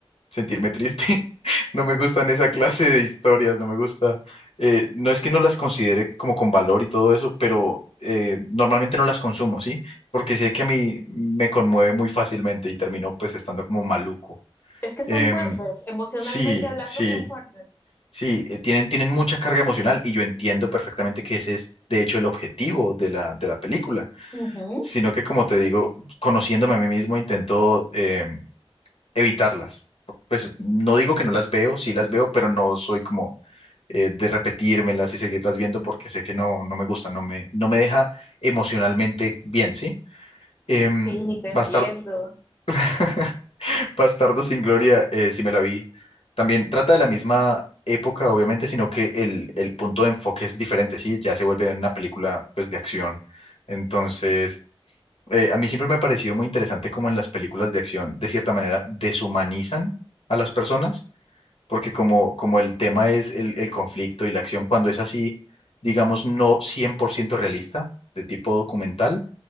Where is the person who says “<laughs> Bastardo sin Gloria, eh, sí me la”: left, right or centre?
Left